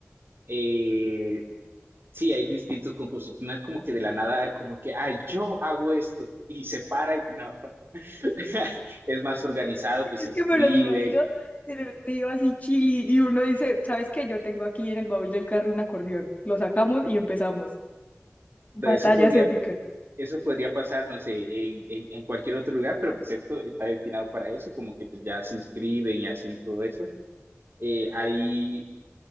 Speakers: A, on the right; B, on the left.
A: Eh, Sí, hay distintos concursos. No es como que de la nada, como que, ay, yo hago esto y se para y no. <laughs> Es más organizado,
B: <laughs>
A: pues
B: Es
A: se escribe.
B: que me los imagino en el río así chili y uno dice, ¿sabes qué? Yo tengo aquí en el baúl del carro un acordeón. Lo sacamos y empezamos. Batallas
A: De Eso podría,
B: épicas.
A: eso podría pasar, no sé, en, en, en cualquier otro lugar, pero pues esto está destinado para eso y como que pues ya se inscriben y hacen todo eso. Eh, hay